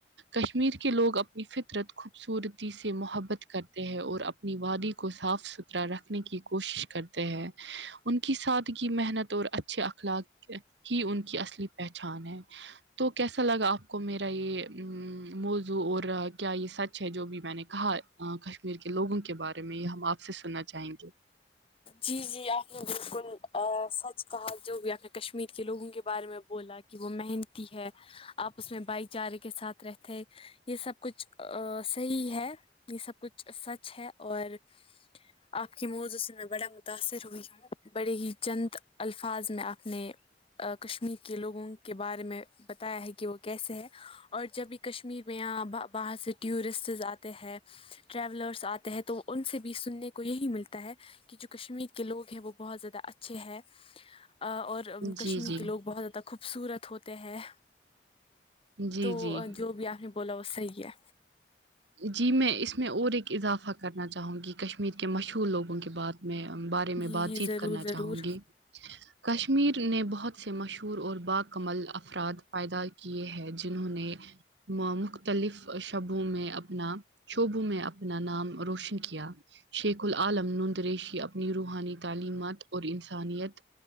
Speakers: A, on the right (about 85°); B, on the left (about 30°).
A: کشمیر کے لوگ اپنی فطرت خوبصورتی سے محبت کرتے ہیں اور اپنی وادی کو صاف ستھرا رکھنے کی کوشش کرتے ہیں ان کی سادگی محنت اور اچھ اچھے اخلاق ہی ان کی اصلی پہچان ہے تو کیسا لگا آپ کو میرا یہ موزو اور کیا یہ سچ ہے جو بھی میں نے کہا کشمیر کے لوگوں کے بارے میں یہ ہم آپ سے سننا چاہیں گے
B: جی جی آپ نے بالکل سچ کہا جو بھی آپ نے کشمیر کے لوگوں کے بارے میں بولا کہ وہ محنتی ہے آپس میں بھائی چارے کے ساتھ رہتے یہ سب کچھ صحیح ہے یہ سب کچھ سچ ہے اور آپ کی موضوں سے نا بڑا متاثر ہوئی ہوں بڑے ہی چند الفاظ میں آپنے کشمیر کے لوگوں کے بارے میں بتایا ہے کہ وہ کیسے ہے اور جب بھی کشمیر میں یہاں باہر سے ٹورسٹز آتے ہیں ٹریولرس آتے ہیں تو ان سے بھی سننے کو یہی ملتا ہے کہ کہ جو کشمیر کے لوگ ہیں وہ بہت زیادہ اچھے ہیں اور کشمیر
A: جی جی
B: کے لوگ بہت زیادہ خوبصورت ہوتے ہیں
A: جی
B: تو
A: جی
B: جو بھی آپ نے بولا وہ صحیح ہے
A: جی میں اس میں اور ایک اضافہ کرنا چاہوں گی کشمیر کے مشہور لوگوں کے بات میں بارے
B: جی
A: میں بات
B: جی
A: چیت
B: ضرور
A: کرنا
B: ضرور
A: چاہوں گی کشمیر نے بہت سے مشہور اور باکمال افراد پیدا کیے ہیں جنہوں نے مامختلف شبوں میں اب اپنا شوبوں میں اپنا نام روشن کیا شیخ العالم نند ریشی اپنی روحانی تعلیمات اور انسانیت